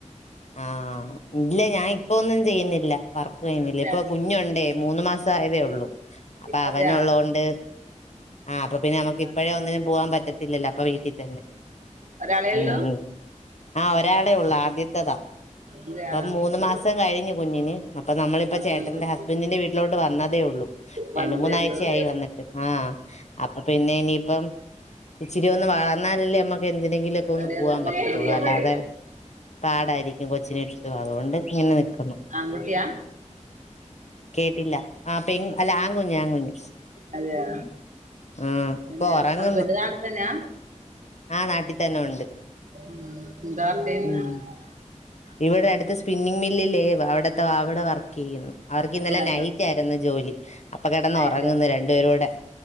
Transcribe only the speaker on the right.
ഇല്ല
അതെയാ
ആഹ്
ഒരാളെ
ഉള്ളൂ
അതെയാ
ആഹ്
ആഹ്
വന്നതേ
ഉള്ളൂ
പെരേന്ന്
പൊറത്തൊന്നും
പോവാൻ
മടിയാ ആഹ് ആഹ്
ആൺകുട്ടിയാ
അതേ യാ
പിന്നെ
ഹസ്ബൻഡ് നാട്ടി തന്നെയാ
ഉം <unintelligible>
അതെയോ
നൈറ്റാ